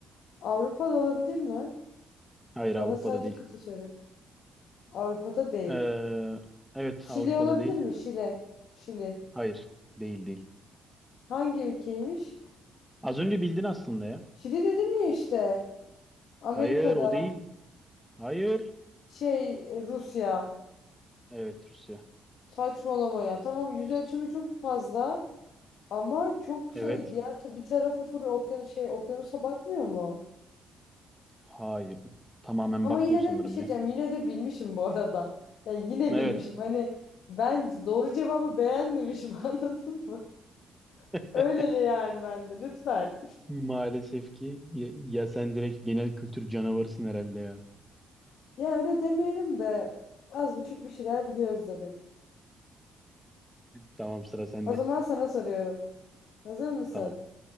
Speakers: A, on the left; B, in the centre.
A: Avrupa'da olabilir mi?
B: Hayır
A: Bana
B: Avrupa'da
A: sadece
B: değil.
A: kıta söyle. Avrupa'da değil.
B: Ee, evet
A: Şili
B: Avrupa'da
A: olabilir
B: değil.
A: mi? Şile. Şili.
B: Hayır. Değil değil.
A: Hangi ülkeymiş?
B: Az önce bildin aslında ya.
A: Şili dedim ya işte. Amerika'da.
B: Hayır o değil. Hayır.
A: Şey e, Rusya.
B: Evet Rusya.
A: Saçmalama ya. Tamam yüz ölçümü çok fazla. Ama çok
B: Evet.
A: şey diğer ta- bir tarafı full okyanus şey okyanusa bakmıyor mu?
B: Hayır. Tamamen
A: Ama
B: bakmıyor
A: yine
B: sanırım
A: de bir şey
B: ya.
A: diyeceğim. Yine de bilmişim bu arada. Yani yine
B: Evet.
A: bilmişim. Hani ben doğru cevabı beğenmemişim <laughs> anladın mı? Öyleli
B: <laughs>
A: yani bende lütfen.
B: Maalesef ki ya, ya sen direkt genel kültür canavarısın herhalde ya.
A: Ya öyle demeyelim de az buçuk bir şeyler biliyoruz dedik.
B: Tamam sıra sende.
A: O zaman sana soruyorum. Hazır mısın?
B: Tamam.